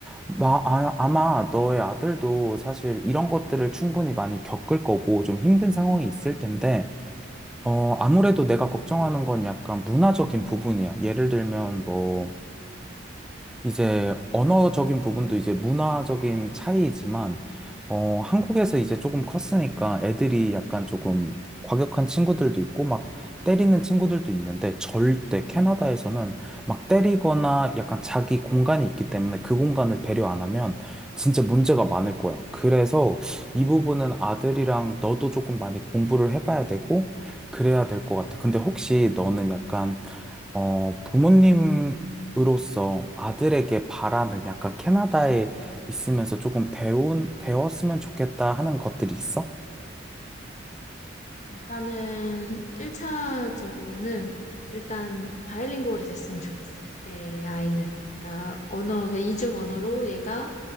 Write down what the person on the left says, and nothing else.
일단은 1차적으로는 일단 바이링구얼이 됐으면 좋겠어. 내 아이는. 그러니까 언어, 그 이중 언어로 얘가